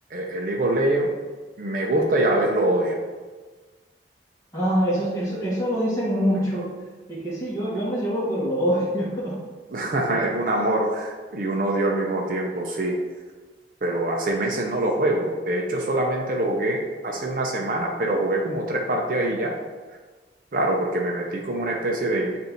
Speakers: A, on the right; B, on the left.
A: el League of Legends me gusta y a la vez lo odio.
B: Ah, eso, eso, eso lo dicen mucho. Y que sí, yo, yo me llevo, pero lo odio.
A: <laughs> Es un amor y un odio al mismo tiempo, sí. Pero hace meses no lo juego. De hecho, solamente lo jugué hace una semana, pero jugué como tres partidas y ya. Claro, porque me metí como una especie de,